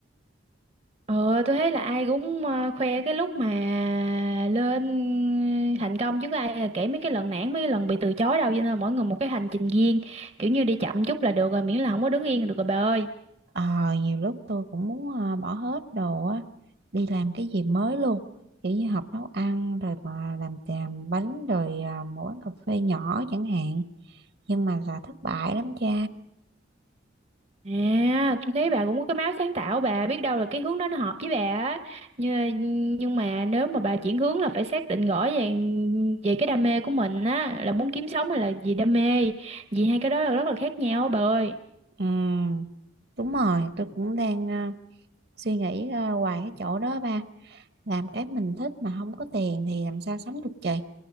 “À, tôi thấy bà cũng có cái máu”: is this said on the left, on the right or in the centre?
Right